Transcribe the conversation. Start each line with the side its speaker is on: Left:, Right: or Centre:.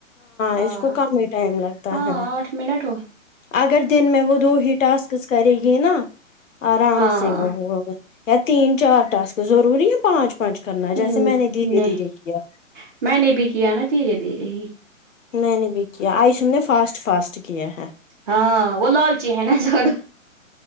Right: ہاں
Left: اس کو کم ہی ٹائم لگتا
Right: ہاں
Left: ہے
Right: آٹھ منٹ ہوئے
Left: اگر دن میں وہ دو ہی ٹسکس کرے گی نا آرام
Right: ہاں
Left: سے وہ ہوگا یا تین چار ٹسک ضروری ہے پانچ پانچ کرنا
Right: ہوں
Left: جیسے میں نے دھیرے
Right: نہیں
Left: دھیرے کیا
Right: میں نے بھی کیا نا دھیرے دھیرے ہی
Left: میں نے بھی کیا ایشو نے فاسٹ فاسٹ کیا ہے
Right: ہاں وہ لالچی ہے نا زیادہ